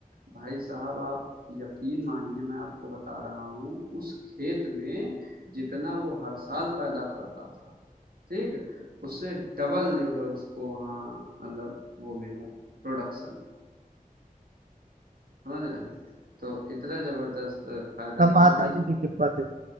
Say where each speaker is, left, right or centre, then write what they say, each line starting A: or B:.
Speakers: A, on the right; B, on the right.
A: भाई साहब आप यकीन मानिए मैं आपको बता रहा हूँ उस खेत में जितना वो हर साल पैदा करता था ठीक उससे डबल जो है उसको वहाँ मतलब वो मिला प्रोडक्शन समझ रहे हैं तो इतना जबरदस्त फायदा
B: तब
A: लेकिन
B: माता
A: वही
B: जी की कृपा थी